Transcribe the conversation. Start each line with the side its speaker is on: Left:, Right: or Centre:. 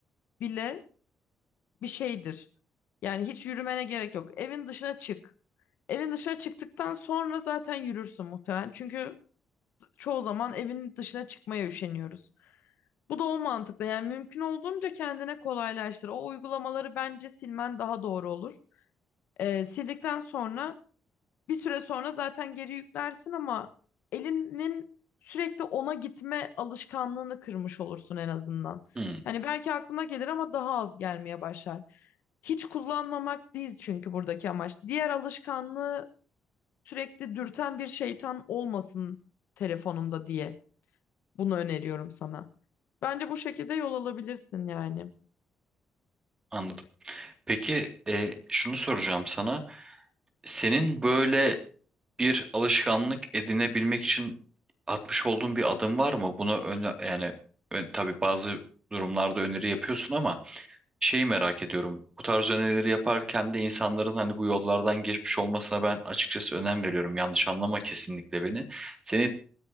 Left: bile bir şeydir. Yani hiç yürümene gerek yok. Evin dışına çık. Evin dışına çıktıktan sonra zaten yürürsün muhtemelen. Çünkü çoğu zaman evin dışına çıkmaya üşeniyoruz. Bu da o mantıkla yani mümkün olduğunca kendine kolaylaştır. O uygulamaları bence silmen daha doğru olur. Ee, sildikten sonra Bir süre sonra zaten geri yüklersin ama elinin sürekli ona gitme alışkanlığını kırmış olursun en azından.
Right: Hmm.
Left: Hani belki aklına gelir ama daha az gelmeye başlar. Hiç kullanmamak değil çünkü buradaki amaç. Diğer alışkanlığı sürekli dürten bir şeytan olmasın telefonunda diye bunu öneriyorum sana. Bence bu şekilde yol alabilirsin yani.
Right: Anladım. Peki e, şunu soracağım sana. Senin böyle bir alışkanlık edinebilmek için atmış olduğun bir adım var mı? Buna öne, yani ön, tabii bazı durumlarda öneri yapıyorsun ama şeyi merak ediyorum. Bu tarz önerileri yaparken de insanların hani bu yollardan geçmiş olmasına ben açıkçası önem veriyorum. Yanlış anlama kesinlikle beni. Seni